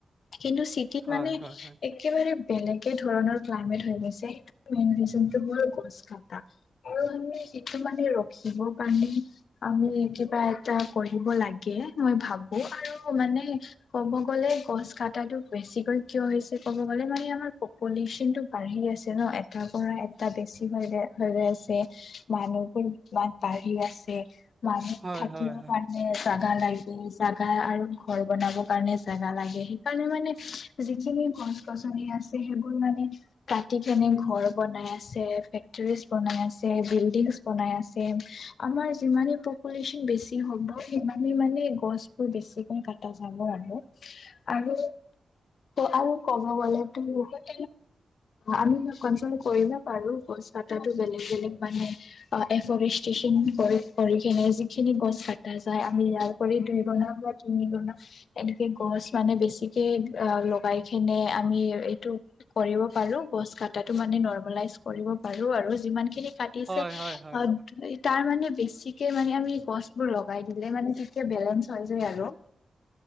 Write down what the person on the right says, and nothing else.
হয়
হয়
হয়
হয় হয় হয়
হয় হয় হয়